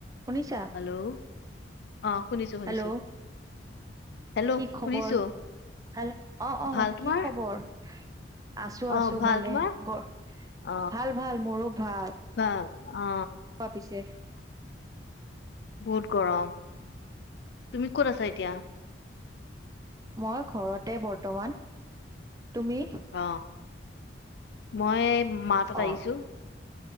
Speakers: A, on the right; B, on the left.
A: শুনিছা?
B: হেল্ল' অ শুনিছো শুনিছো
A: হেল্ল'
B: হেল্ল'
A: কি খবৰ?
B: শুনিছো
A: হেল্ল অ অ
B: ভাল তোমাৰ
A: কি খবৰ? আছো আছো
B: অ ভাল
A: ভালে
B: তোমাৰ
A: গৰ,
B: অ
A: ভাল ভাল মোৰো ভাল।
B: বা অ
A: বা পিছে
B: বহুত গৰম তুমি ক'ত আছা এতিয়া?
A: মই ঘৰতে বৰ্তমান তুমি
B: অ মই মা তাত
A: অ',
B: আহিছো।